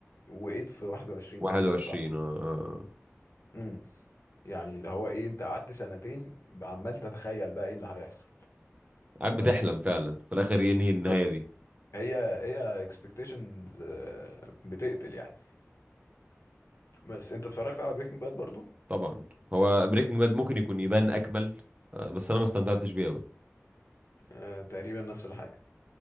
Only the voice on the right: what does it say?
21
اه آه.
قاعد بتحلم
فعلا في الاخر ينهي
النهاية دي
طبعا هو بريكنج باد ممكن يكون يبان اكمل آه. بس انا ما استمتعتش بيه قوي